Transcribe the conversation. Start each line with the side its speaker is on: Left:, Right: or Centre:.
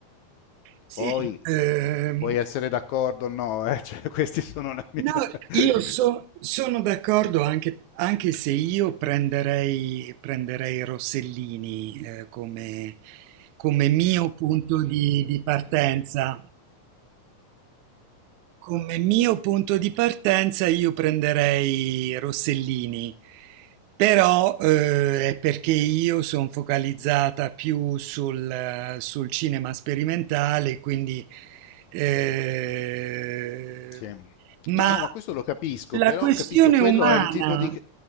Right: sì,
Left: Poi
Right: ehm,
Left: puoi essere d'accordo o no, eh? <laughs> Cioè, questi sono la mia...
Right: no,
Left: <laughs>
Right: io so- sono d'accordo anche, anche se io prenderei, prenderei Rossellini, eh, come, come mio punto di di partenza. Come mio punto di partenza io prenderei Rossellini, però eh, è perché io sono focalizzata più sul, sul cinema sperimentale, quindi... eh,
Left: Sì.
Right: ma
Left: No, no, ma questo lo capisco,
Right: la
Left: però
Right: questione
Left: ho capito, quello
Right: umana,
Left: è un tipo di...